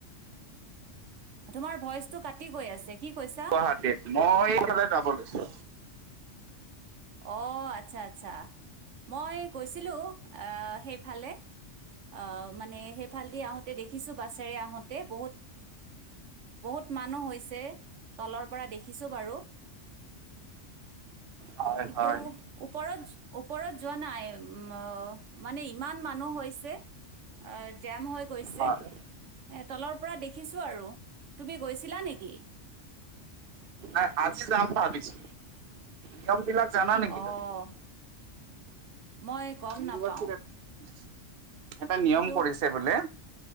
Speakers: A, on the right; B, on the right.
A: তোমাৰ ভইচ টো কাটি গৈ আছে, কি কৈছা?
B: গুৱাহাটীত মই এইফালে যাব লৈছো।
A: অ আতচ্ছা আতচ্ছা, মই গৈছিলো আহ সেইফালে আহ মানে সেইফালদি আহোতে দেখিছো বাছেৰে আহোতে বহুত বহুত মানুহ হৈছে, তলৰ পৰা দেখিছো বাৰু।
B: হয়
A: কিটো
B: হয়
A: ওপৰত ওপৰত যোৱা নাই উম অ মানে ইমান মানুহ হৈছে। আ জাম হৈ গৈছে।
B: হয়
A: এ তলৰ পৰা দেখিছো আৰু, তুমি গৈছিলা নেকি?
B: এ আজি যাম ভাবিছো। নিয়ম বিলাক জানা? নেকি
A: অহ,
B: তুমি?
A: মই গম
B: <inaudible>
A: নাপাওঁ।
B: এটা
A: কিন্তু
B: নিয়ম কৰিছে বোলে,